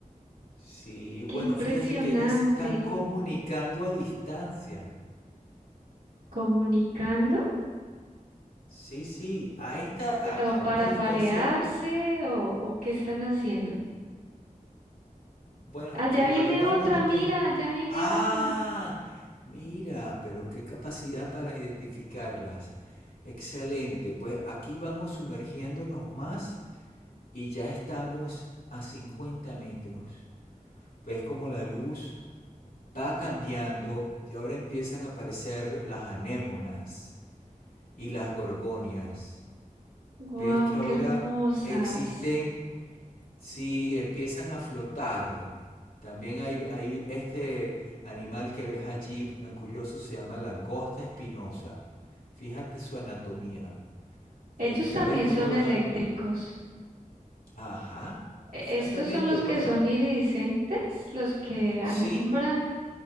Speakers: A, on the left (about 85°); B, on the right (about 90°).
A: Sí, bueno,
B: Qué impresionante.
A: fíjate que ellas se están comunicando a distancia.
B: ¿Comunicando?
A: Sí, sí, a esta, a,
B: ¿Pero
A: a una
B: para
A: distancia,
B: parearse o, o qué están haciendo?
A: bueno,
B: Allá
A: la
B: viene
A: verdad
B: otra,
A: no lo
B: mira,
A: tengo.
B: allá viene
A: Ah,
B: otra.
A: mira, pero qué capacidad para identificarlas. Excelente, pues aquí vamos sumergiéndonos más y ya estamos a 50 metros. Ves como la luz va cambiando y ahora empiezan a aparecer las anémonas y las gorgonias.
B: Wow,
A: Ves que ahora
B: qué hermosas.
A: existen si empiezan a flotar. También hay, hay este animal que ves allí, tan curioso, se llama langosta espinosa. Fíjate su anatomía.
B: Ellos
A: Eh, Ya
B: también
A: ves cómo
B: son
A: los...
B: eléctricos.
A: a- Ajá, exactamente.
B: E- Estos son los
A: Bueno,
B: que son iridiscentes, los que alumbran
A: sí,